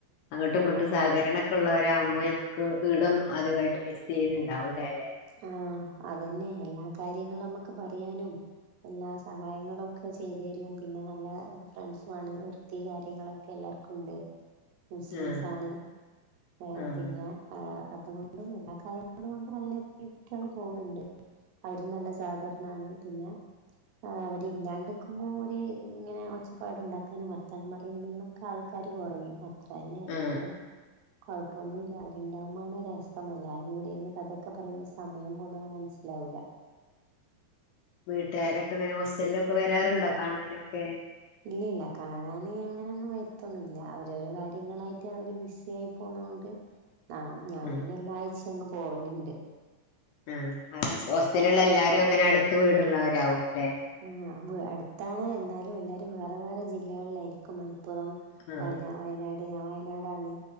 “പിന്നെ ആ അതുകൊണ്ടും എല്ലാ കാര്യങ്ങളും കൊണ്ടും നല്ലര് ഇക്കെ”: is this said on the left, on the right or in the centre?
Right